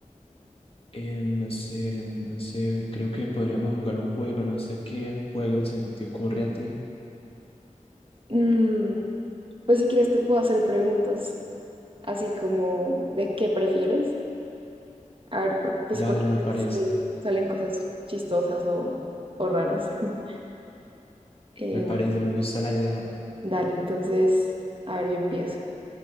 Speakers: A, on the left; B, on the right.
A: Eh, no sé, no sé, creo que podríamos jugar un juego, no sé qué juego se te ocurre a ti.
B: Mm, pues si quieres te puedo hacer preguntas así como de qué prefieres. A ver, por- pues
A: Dale,
B: porque
A: me parece,
B: sí, salen cosas chistosas o, o raras. <laughs> Eh,
A: me
B: bueno,
A: parece, me gusta la idea.
B: dale, entonces, a ver, yo empiezo.